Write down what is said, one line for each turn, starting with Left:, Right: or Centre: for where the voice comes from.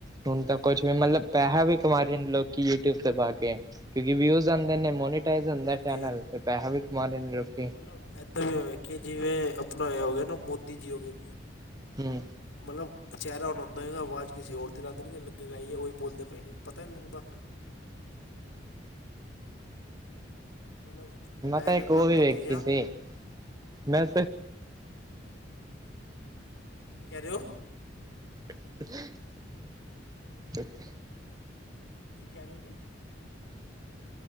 Left: ਹੂੰ
Right: ਹੁਣ ਤਾਂ
Left: ਹੂੰ
Right: ਕੁਛ ਵੀ
Left: ਹੂੰ
Right: ਮਤਲਬ ਪੈਸਾ ਵੀ ਕਮਾ ਰਹੇ ਨੇ ਲੋਕੀ ਯੂਟਿਊਬ ਤੇ ਪਾ ਕੇ ਕਿਉਂਕਿ ਵਿਊਜ਼ ਮੋਨੀਟਾਈਜ਼ ਹੁੰਦਾ
Left: ਹਾਂਜੀ
Right: ਚੈਨਲ
Left: ਹਾਂਜੀ
Right: ਤੇ ਪੈਹੈ ਵੀ ਕਮਾ ਲੈਂਦੇ ਲੋਕੀ।
Left: ਮਤਲਬ ਇੱਦਾਂ ਵੀ ਮੈਂ ਵੇਖਿਆ ਕੀ ਜਿਵੇਂ ਆਪਣਾ ਇਹ ਹੋ ਗਿਆ ਨਾ ਮੋਦੀ ਜੀ ਹੋ ਗਏ।
Right: ਹੂੰ।
Left: ਮਤਲਬ ਚਿਹਰਾ ਉਨਉਂਦਾਏਗਾ ਆਵਾਜ਼ ਕਿਸੇ ਹੋਰ ਦੀ ਲਾ ਦੇਣਗੇ ਲੱਗੇ ਉਹ ਵੀ ਬੋਲਦੇ ਪਏ ਨਹੀਂ ਪਤਾ ਹੀ ਨਹੀਂ ਲੱਗਦਾ। ਮਤਲਬ, ਮੈਂ
Right: ਤਾਂ
Left: ਇੱਕ ਇਗਜਾਮਪਲ
Right: ਉਹ ਵੀ ਵੇਖੀ
Left: ਦੇ ਰਿਹਾ,
Right: ਸੀ ਮੈਂ
Left: ਹੂੰ। ਕੀ ਕਹਿ ਰਹੇ ਹੋ?
Right: <inaudible>
Left: ਕੀ ਕਹਿ ਰਹੇ ਹੋ ਜੀ?